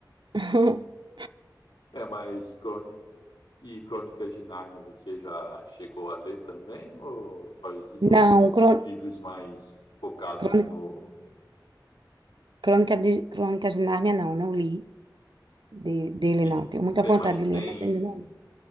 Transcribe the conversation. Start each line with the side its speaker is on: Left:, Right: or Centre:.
Right: <laughs>
Left: é mas crônica, e Crônicas de Nárnia, você já chegou a ler também? Ou só esses outros
Right: Não, crô-
Left: livros mais focados
Right: crôni-
Left: no.
Right: crônica de, Crônicas de Nárnia não, não li de- dele
Left: E
Right: não. Tenho muita
Left: tem
Right: vontade
Left: mais?
Right: de
Left: Tem,
Right: ler, mas ainda não. li.